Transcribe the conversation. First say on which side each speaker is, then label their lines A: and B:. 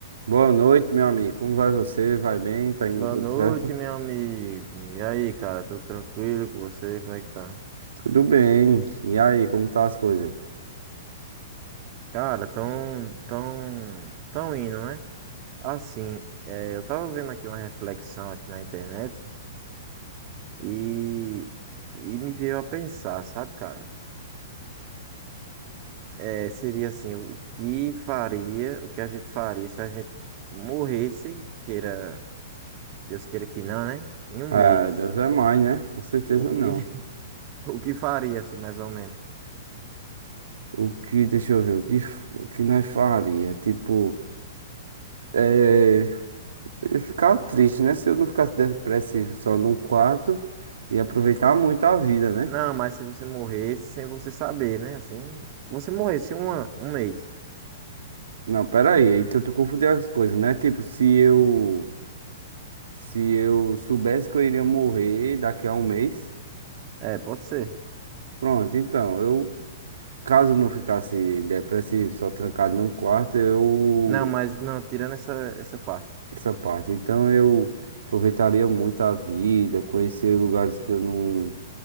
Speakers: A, on the right; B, on the right.
A: Boa noite, meu amigo. Como vai você? Vai bem? Tá indo
B: Boa
A: tudo
B: noite,
A: certo?
B: meu amigo. E aí, cara, tudo tranquilo com você? Como é que tá?
A: Tudo bem. E aí, como tá as coisas?
B: Cara, tão, tão, tão indo, né? Assim, é, eu tava vendo aqui uma reflexão aqui na internet e, e me veio a pensar, sabe, cara? É, seria assim, o que faria, o que a gente faria se a gente morresse, queira, Deus queira que não, né? Em um
A: Ah,
B: mês.
A: Deus é mais, né? Com certeza
B: O que,
A: não.
B: <laughs> o que faria, assim, mais ou menos?
A: O que, deixa eu ver, o que, f- o que nós faria? Tipo, é, eu ia ficar triste, né? Se eu não ficasse depressivo só num quarto e aproveitar muito a vida, né?
B: Não, mas se você morresse sem você saber, né? Assim, você morresse um, ano- um mês.
A: Não, pera aí. Então tu confundiu as coisas, né? Tipo, se eu, se eu soubesse que eu iria morrer daqui a um mês,
B: É, pode ser.
A: pronto. Então, eu caso não ficasse depressivo, só trancado num quarto, eu.
B: Não, mas não, tirando essa, essa parte.
A: Essa parte. Então eu aproveitaria muito a vida, conhecer lugares que eu não